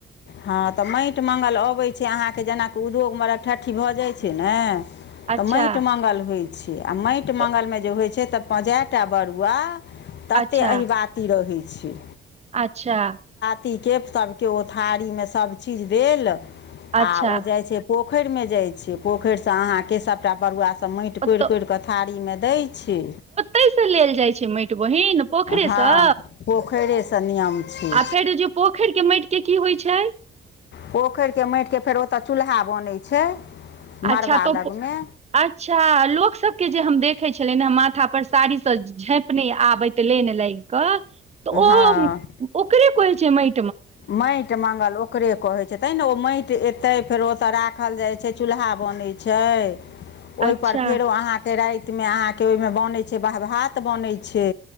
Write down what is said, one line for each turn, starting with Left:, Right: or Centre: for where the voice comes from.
Left: हँ तऽ माटि मङ्गल अबैइ छै अहाँके जेनाकि उदोग मरबठठ्ठी भऽ जाइ छै ना
Right: अच्छा
Left: तऽ माटि मङ्ंगल होइ छैय आ माटि मङ्गलमे
Right: तऽ
Left: जे होइत छैय तऽ पं जै टा बरुआ तते
Right: अच्छा
Left: अहिबाती रहैइ छैय
Right: अच्छा
Left: पीकेत सबके ओ थारी में सब चीज देल
Right: अच्छा
Left: आ ओ जाइ छैय पोखरि मे जाय छैइ पोखरि से अहाँ के सबटा बरुआ सभ माटि
Right: ओतऽ
Left: कोरि कोरिकऽ थारीमे दैय छै
Right: कै स लेल जाइ छै माटि बहिन पोखरेसँ
Left: हँ पोखरिसँ नियम छै
Right: आ फेर जे पोखरि के माटिके की होइ छै
Left: पोखरि के माटिके फेर ओतय चूल्हा बनैय छै
Right: अच्छा
Left: मड़बा
Right: तो
Left: लगमे
Right: अच्छा लोक सबके जे हम देखे छलिय ह माथा पर साड़ी से झंपने आबैइत लेन लागि कऽ तऽ ओ
Left: हँ
Right: ओकरे कहैइ छै मइ
Left: माटि मंगल ओकरे कहैइ छै तैं ने ओ माटि एतै फेरो ओतय राखल जाइ छै चूल्हा बनैय छै ओहिपर
Right: अच्छा
Left: फेरो अहाँके रातिमे अहाँके ओहिमे बनैैय छै ब भात बनै छै